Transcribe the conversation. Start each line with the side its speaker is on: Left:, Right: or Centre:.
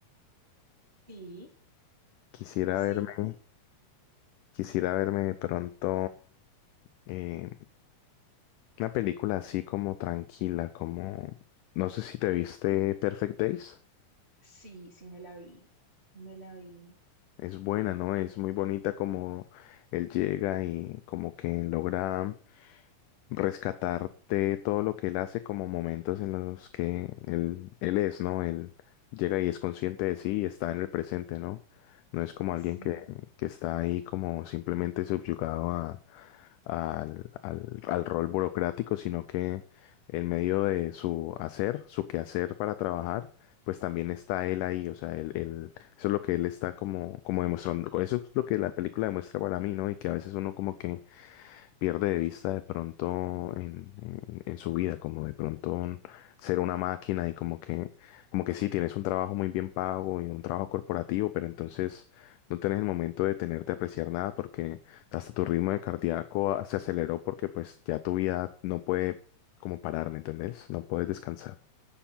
Right: Sí,
Left: Quisiera
Right: sí,
Left: verme, quisiera verme de pronto eh, una película así como tranquila, como... No sé si te viste Perfect Days.
Right: sí, sí me la vi, me la vi,
Left: Es buena, ¿no? Es muy bonita como él llega y como que logra rescatar de todo lo que él hace como momentos en los que él, él es, ¿no? Él llega y es consciente de sí y está en el presente, ¿no? No es como alguien
Right: sí,
Left: que, que está ahí como simplemente subyugado a, al, al, al rol burocrático, sino que en medio de su hacer, su quehacer para trabajar, pues también está él ahí, o sea, él, él- eso es lo que él está como, como demostrando, eso es lo que la película demuestra para mí, ¿no? Y que a veces uno como que pierde de vista de pronto en, en- en su vida, como de pronto un- ser una máquina y como que, como que sí, tienes un trabajo muy bien pago y un trabajo corporativo, pero entonces no tenés el momento de tenerte a apreciar nada porque hasta tu ritmo de cardíaco ah, se aceleró porque pues ya tu vida no puede como parar, ¿me entendés? No puedes descansar.